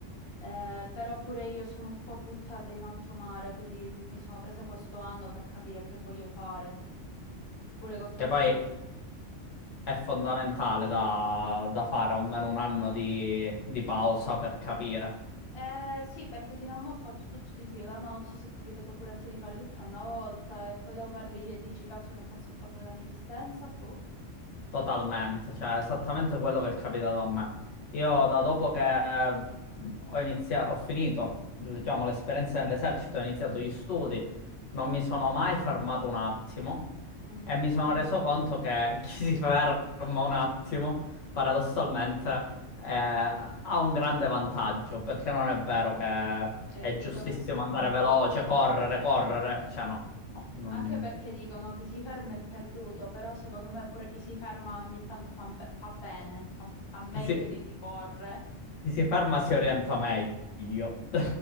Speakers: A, on the left (about 35°); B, on the left (about 80°).
A: eh, però pure io sono un po' buttata in alto mare, quindi mi sono presa questo anno per capire che voglio fare, pure col fatto
B: Che poi
A: dei...
B: È fondamentale da, da fare almeno un anno di, di pausa per capire.
A: Eh, sì, perché fino a mo' ho fatto tutto di fila, no? Non so se è capitato pure a te di fare tutto a una volta e poi dopo arrivi e dici cazzo che cazzo ho fatto della mia esistenza, boh.
B: Totalmente, cioè esattamente quello che è capitato a me. Io da dopo che eh, ho iniziato, ho finito, diciamo, l'esperienza nell'esercito, ho iniziato gli studi, non mi sono mai fermato un attimo
A: Mm.
B: e mi sono reso conto che <laughs> chi si ferma un attimo, paradossalmente, eh, ha un grande vantaggio, perché non è vero che è
A: E dicono,
B: giustissimo andare veloce, correre, correre, cioè no, no, non-
A: anche perché dicono chi si ferma è perduto, però secondo me pure chi si ferma ogni tanto fa, be- fa bene, fa, fa meglio
B: Chi si,
A: di chi corre.
B: chi si farma si orienta meglio. <laughs>